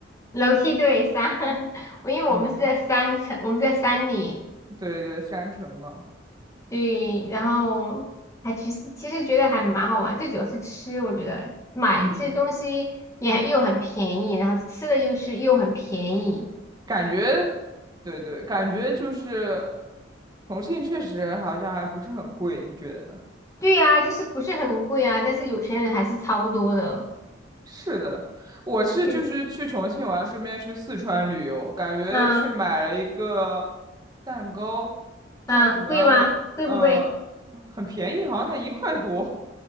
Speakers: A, on the left; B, on the right.
A: 楼梯对山，<laughs> 我因为我们是在三层，
B: 嗯，
A: 我们在山里，
B: 对对，山城嘛，
A: 对，然后还其实其实觉得还蛮好玩，最主要是吃，我觉得买这些东西也又很便宜，
B: 嗯，
A: 然后吃的又是又很便宜，
B: 感觉，对对，感觉就是重庆确实好像还不是很贵，你觉得呢？
A: 对呀、就是不是很贵啊，但是有钱人还是超多的，
B: 是的，我是就是去重庆玩，
A: 嗯
B: 顺便去四川旅游，感觉去买了一个
A: 嗯
B: 蛋糕，叫什么，
A: 嗯，贵吗？贵不贵？
B: 嗯、很便宜，好像才一块多。